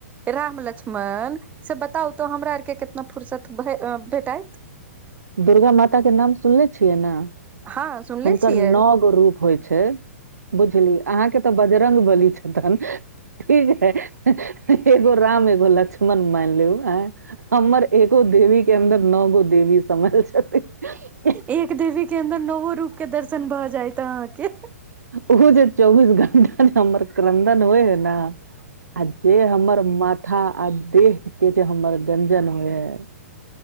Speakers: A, on the right; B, on the right.
A: राम लक्ष्मण से बताउ तो हमरा आर केँ कितना फुर्सत भ भेटत?
B: दुर्गा माता कऽ नाम सुनले छियै न <inaudible>
A: हँ सुनले
B: हुनकर
A: छियै
B: नओ गो रूप होइ छै। बुझली अहाँ केँ तऽ बजरंगबली छथन ठीक है एगो राम एगो लक्ष्मण नमानि लिउ हमर एगो देवी केँ अन्दर नओ गो देवी समैल छथिन।
A: एक देवी केँ अन्दर नओ रूप केँ दर्शन भऽ जायत अहाँकेँ
B: ओ जे चौबीस घंटा नजे हमर क्रन्दन होइ है न आ जे हमर माथा आ देह के जे हमर गंजन होइ है